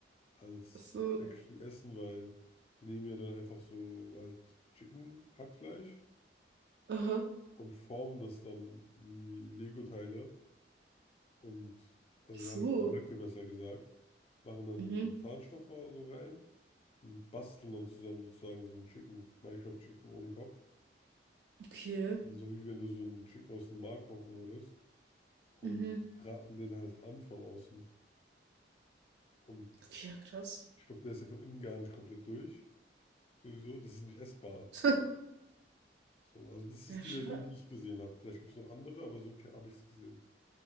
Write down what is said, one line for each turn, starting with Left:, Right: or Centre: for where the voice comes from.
Left: als
Right: Ach So.
Left: actually Essen, weil die nehmen ja dann einfach so halt Chicken, Hackfleisch
Right: Aha.
Left: und formen das dann wie Lego-Teile und also
Right: Ach So.
Left: so halt so Blöcke besser gesagt, machen dann
Right: Mhm.
Left: so einen Zahnstocher so rein und basteln dann zusammen sozusagen so ein Chicken, Minecraft-Chicken ohne Kopf.
Right: Okay.
Left: Also So wie wenn du so einen Chicken aus dem Markt kaufen würdest und
Right: Mhm.
Left: braten den halt an von außen. Und
Right: Okay, ja, krass.
Left: Ich glaube, der ist ja von innen gar nicht komplett durch. Sowieso, das ist nicht essbar.
Right: <laughs>
Left: So, also das ist
Right: Ja,
Left: die
Right: schade.
Left: Version, die ich gesehen habe. Vielleicht gibt es noch andere, aber so habe ich es gesehen.